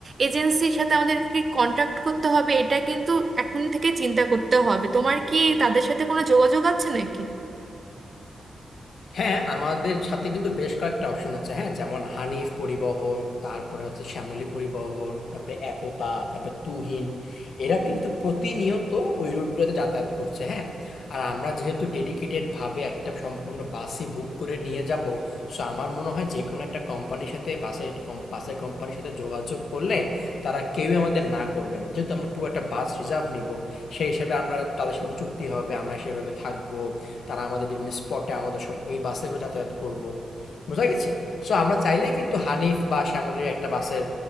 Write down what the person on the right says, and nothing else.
এজেন্সির সাথে আমাদের কি কন্ট্যাক্ট করতে হবে এটা কিন্তু এখন থেকে চিন্তা করতে হবে তোমার কি তাদের সাথে কোনো যোগাযোগ আছে নাকি